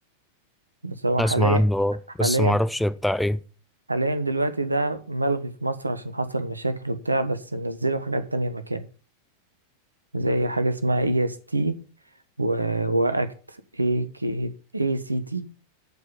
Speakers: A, on the right; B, in the centre.
A: بس هو
B: اسمع
A: حاليا
B: عنه اه
A: حاليا
B: بس ما اعرفش بتاع ايه
A: حاليا دلوقتي ده ملغي في مصر عشان حصل مشاكل وبتاع بس نزلوا حاجات تانية مكان زي حاجة اسمها اي اس تي واكت اي كي اي سي تي